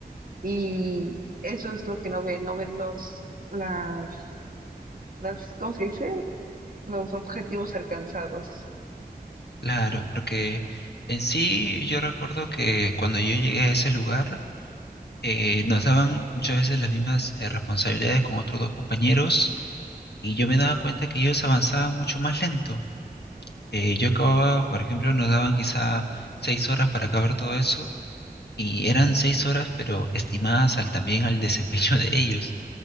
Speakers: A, on the right; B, on the left.
A: Y eso es lo que no ven, no ven los, las, las, ¿cómo se dice? Los objetivos alcanzados.
B: Claro, porque en sí yo recuerdo que cuando yo llegué a ese lugar, eh, nos daban muchas veces las mismas eh, responsabilidades con otros dos compañeros y yo me daba cuenta que ellos avanzaban mucho más lento. Eh, yo acababa, por ejemplo, nos daban quizá seis horas para acabar todo eso y eran seis horas, pero estimadas al, también al desempeño de ellos.